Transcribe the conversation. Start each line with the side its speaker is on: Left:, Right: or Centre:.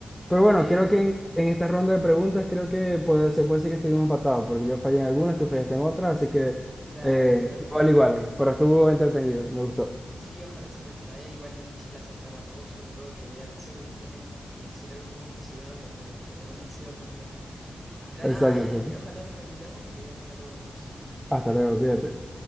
Centre: Pero bueno,
Right: Dale,
Centre: creo
Right: ¿eh?
Centre: que en, en esta ronda de preguntas creo que puede- se puede decir que estuvimos empatados, porque yo fallé en algunas, tú fallaste en otras, así que
Right: Claro,
Centre: eh,
Right: claro.
Centre: igual, igual, pero estuvo entretenido, me gustó.
Right: Sí, ojalá se repita, ¿eh? Igual difícil acertar a todos, sobre todo que ya te seguro tenemos el cerebro un poco oxidado con la edad, pero bueno, <laughs> sin ofender. Pero
Centre: Exacto,
Right: nada, ¿eh?
Centre: exacto.
Right: Ojalá lo repitamos y ya está luego, pues.
Centre: Hasta luego, cuídate.